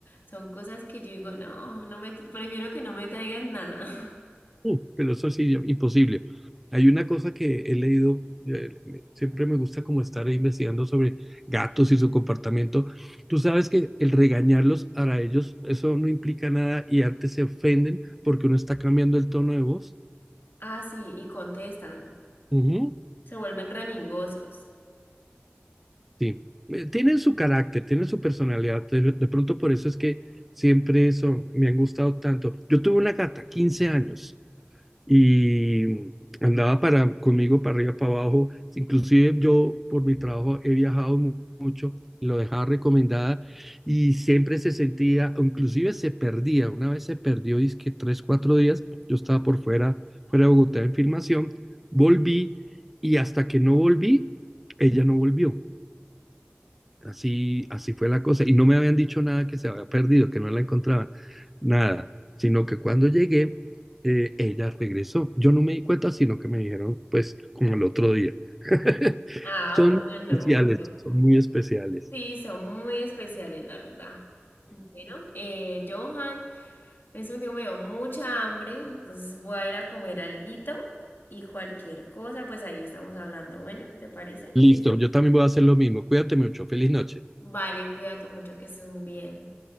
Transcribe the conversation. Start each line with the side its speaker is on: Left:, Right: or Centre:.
Left: son cosas que yo digo, no, no me, prefiero que no me traigan nada. <laughs>
Centre: Uh, pero eso sí, imposible. Hay una cosa que he leído, eh, me- siempre me gusta como estar investigando sobre gatos y su comportamiento. Tú sabes que el regañarlos para ellos, eso no implica nada y antes se ofenden porque uno está cambiando el tono de voz.
Left: Ah, sí, y contestan,
Centre: Ujú,
Left: se vuelven remingosos.
Centre: Sí, Eh, tienen su carácter, tienen su personalidad. De, de pronto por eso es que siempre eso me han gustado tanto. Yo tuve una gata, 15 años. y andaba para, conmigo para arriba, para abajo. Inclusive yo por mi trabajo he viajado, mu- lo dejaba recomendada y siempre se sentía, o inclusive se perdía. Una vez se perdió, dizque tres, cuatro días, yo estaba por fuera, fuera de Bogotá en filmación, volví y hasta que no volví, ella no volvió. Así, así fue la cosa. Y no me habían dicho nada que se había perdido, que no la encontraban, nada. Sino que cuando llegué, eh, ella regresó. Yo no me di cuenta, sino que me dijeron, pues, como el otro día. <laughs>
Left: Ah,
Centre: Son
Left: bueno, no,
Centre: especiales,
Left: pero
Centre: son muy especiales.
Left: Sí, son muy especiales, la verdad. Bueno, eh, Johan, en este momento me dio mucha hambre, entonces voy a ir a comer alguito y cualquier cosa, pues ahí estamos hablando. Bueno, ¿te parece?
Centre: Listo, yo también voy a hacer lo mismo. Cuídate mucho. Feliz noche.
Left: Vale, cuídate mucho, que estés muy bien.